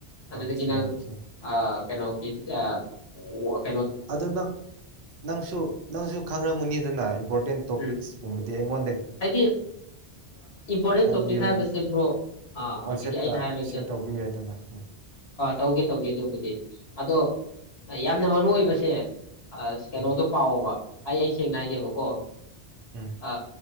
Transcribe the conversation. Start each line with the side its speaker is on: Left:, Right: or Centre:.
Left: ꯑꯗꯨꯗꯒꯤ
Right: ꯑꯣꯀꯦ
Left: ꯅꯪ
Right: ꯑꯣꯀꯦ
Left: ꯑ ꯀꯩꯅꯣ ꯌꯥ
Right: ꯑꯗꯨ ꯅꯪ ꯅꯪꯁꯨ ꯅꯪꯁꯨ ꯈꯪꯈꯃꯨꯅꯤ <unintelligible> ꯏꯝꯣꯔꯦꯟ ꯇꯣꯄꯤꯛꯗꯤꯉꯣꯟ
Left: ꯎꯝ ꯍꯥꯏꯗꯤ ꯏꯝꯄꯣꯔꯇꯦꯟ
Right: ꯍꯥꯏꯌꯨ
Left: ꯇꯣꯄꯤꯛ ꯍꯥꯏꯕꯕꯁꯤꯦ ꯕ꯭ꯔꯣ ꯑ
Right: ꯋꯥꯆꯦꯞꯇ
Left: ꯍꯧꯖꯤꯛꯀꯤ ꯑꯩꯅ ꯍꯥꯏꯕꯁꯦ
Right: ꯁꯤꯌꯔ ꯇꯧꯕꯤꯌꯨ ꯌꯥꯏꯗꯅ ꯎꯝ
Left: ꯇꯧꯒꯦ ꯇꯧꯒꯦ ꯑꯗꯨꯕꯨꯗꯤ ꯑꯗꯣ ꯌꯥꯝꯅ ꯃꯔꯨ ꯑꯣꯏꯕꯁꯦ ꯑꯁ ꯀꯩꯅꯣꯇꯣ
Right: ꯎꯝ
Left: ꯄꯑꯣꯕ ꯑꯩ ꯑꯩ ꯁꯦꯡꯅ ꯍꯥꯏꯒꯦꯕꯀꯣ
Right: ꯎꯝ
Left: ꯑ